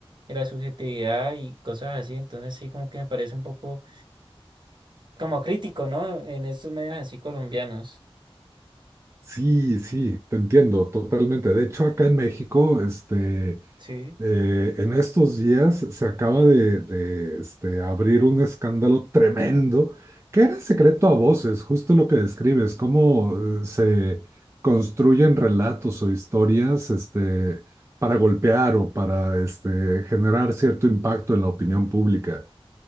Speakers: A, on the right (about 50°); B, on the right (about 25°).
A: de la subjetividad y cosas así, entonces sí, como que me parece un poco como crítico, ¿no? En estos medios así colombianos.
B: Sí, sí, te entiendo totalmente. De hecho, acá en México, este,
A: Sí,
B: eh, en estos días se acaba de, de, este, abrir un escándalo tremendo que era secreto a voces, justo lo que describes, cómo eh, se construyen relatos o historias, este, para golpear o para, este, generar cierto impacto en la opinión pública.